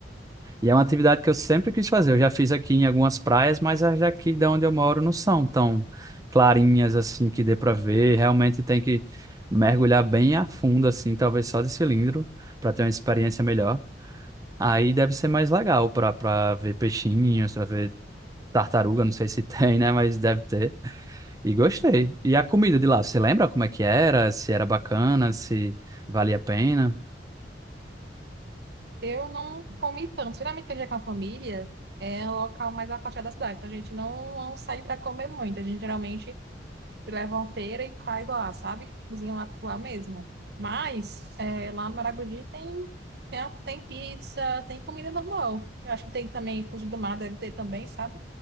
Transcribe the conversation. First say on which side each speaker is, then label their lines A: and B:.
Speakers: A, on the right; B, on the right.
A: E é uma atividade que eu sempre quis fazer. Eu já fiz aqui em algumas praias, mas as daqui de onde eu moro não são tão clarinhas assim que dê para ver. Realmente tem que mergulhar bem a fundo, assim, talvez só de cilindro, para ter uma experiência melhor. Aí deve ser mais legal pra, pra ver peixinhos, pra ver tartaruga, não sei se <laughs> tem, né? Mas deve ter. E gostei. E a comida de lá, você lembra como é que era? Se era bacana, se valia a pena?
B: Eu não comi tanto. Geralmente, quando a gente é com a família, é um local mais afastado da cidade. Então, a gente não, não sai para comer muito. A gente geralmente leva uma feira e faz lá, sabe? Cozinha lá por lá mesmo. Mas é, lá no Maragogi tem, tem, a- tem pizza, tem comida normal. Eu acho que tem também, frutos do mar deve ter também, sabe?